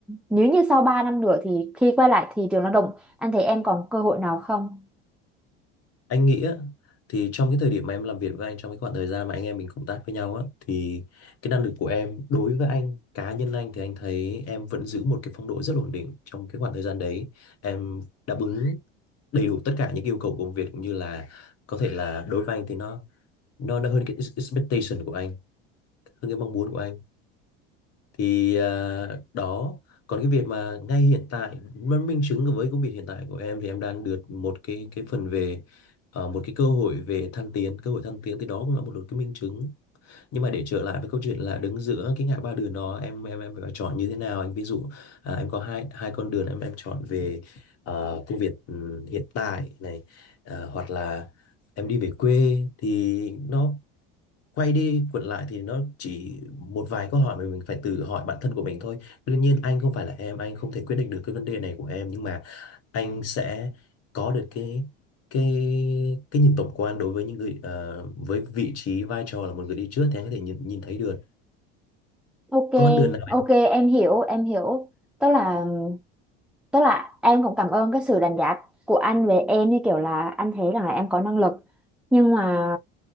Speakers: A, in the centre; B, on the left (about 55°).
A: nếu như sau 3 năm nữa thì khi quay lại thị trường lao động anh thấy em còn cơ hội nào không?
B: anh nghĩ á, thì trong cái thời điểm mà em làm việc với anh trong cái khoảng thời gian mà anh em mình cộng tác với nhau á thì cái năng lực của em đối với anh cá nhân anh thì anh thấy em vẫn giữ một cái phong độ rất ổn định trong cái khoảng thời gian đấy em đáp ứng đầy đủ tất cả những yêu cầu của công việc cũng như là có thể là đối với anh thì nó nó nó hơn cái expectation của anh hơn cái mong muốn của anh thì à, đó còn cái việc mà ngay hiện tại mà minh chứng với công việc hiện tại của em thì em đang được một cái cái phần về ờ, một cái cơ hội về thăng tiến cơ hội thăng tiến thì đó cũng là một cái minh chứng nhưng mà để trở lại với câu chuyện là đứng giữa cái ngã ba đường đó em em em phải chọn như thế nào anh ví dụ à, em có hai hai con đường em em chọn về ờ, công việc ừ, hiện tại này ờ, hoặc là em đi về quê thì nó quay đi quẩn lại thì nó chỉ một vài câu hỏi mà mình phải tự hỏi bản thân của mình thôi đương nhiên anh không phải là em anh không thể quyết định được cái vấn đề này của em nhưng mà anh sẽ có được cái cái cái nhìn tổng quan đối với những người ờ, với vị trí vai trò là một người đi trước thì anh có thể nhìn nhìn thấy được
A: Ok,
B: con đường nào
A: ok em hiểu, em hiểu. Tức là tức là em cũng cảm ơn cái sự đánh giá của anh về em như kiểu là anh thấy rằng là em có năng lực. Nhưng mà